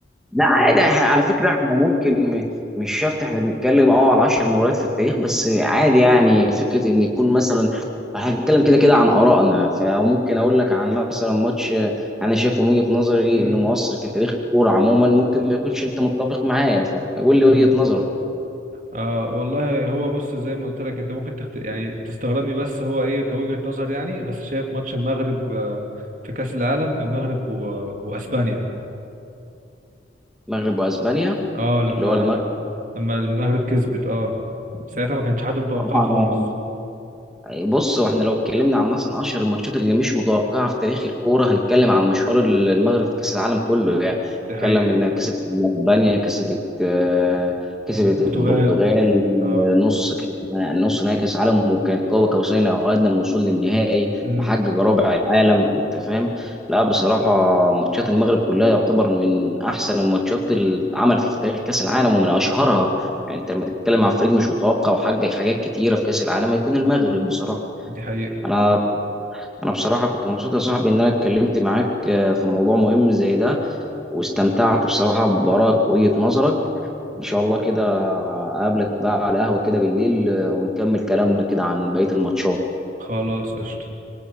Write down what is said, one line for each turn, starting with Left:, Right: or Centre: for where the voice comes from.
Centre: لا عادي
Right: و...
Centre: احنا على فكره احنا ممكن م- مش شرط احنا بنتكلم اه على 10 مباريات في التاريخ بس عادي يعني فكره ان يكون مثلا احنا بنتكلم كده كده عن ارائنا فممكن اقول لك عن مثلا ماتش انا شايفه من وجهه نظري
Right: مم.
Centre: انه مؤثر في تاريخ الكوره عموما ممكن ما يكونش انت متفق معايا فقول لي
Right: امم
Centre: وجهه نظرك
Right: آه والله هو بص زي ما قلت لك انت ممكن تخت... يعني تستغربني بس هو ايه كوجهة نظر يعني بس شايف ماتش المغرب آه، في كأس العالم المغرب و... واسبانيا
Centre: المغرب واسبانيا
Right: اه لما
Centre: اللي هو المغرب
Right: لما المغرب كسبت اه ساعتها ما كانش حد متوقعها
Centre: طبعا
Right: خالص
Centre: بص واحنا لو اتكلمنا عن مثلا اشهر الماتشات اللي مش متوقعه في تاريخ الكوره هنتكلم عن مشوار المغرب في كاس العالم كله يعني
Right: دي
Centre: نتكلم
Right: حقيقة
Centre: انها كسبت اسبانيا كسبت آه، كسبت
Right: البرتغال
Centre: البرتغال
Right: اه
Centre: آه، نص كأس- نص نهائي كاس عالم وكانت قاب قوسين او ادنى من الوصول للنهائي
Right: امم
Centre: محقق رابع العالم انت فاهم لا بصراحه ماتشات المغرب كلها يعتبر من احسن الماتشات اللي اتعملت في تاريخ كاس العالم ومن اشهرها يعني انت لما تتكلم عن فريق مش متوقع وحقق حاجات كتيره في كاس العالم هيكون المغرب بصراحه
Right: دي حقيقة
Centre: انا انا بصراحه كنت مبسوط يا صاحبي ان انا اتكلمت معاك آه، في موضوع مهم زي ده واستمتعت بصراحه بارائك ووجهه نظرك ان شاء الله كده اقابلك بقى على قهوه كده بالليل آه، ونكمل كلامنا كده عن بقيه الماتشات
Right: خلاص قشطة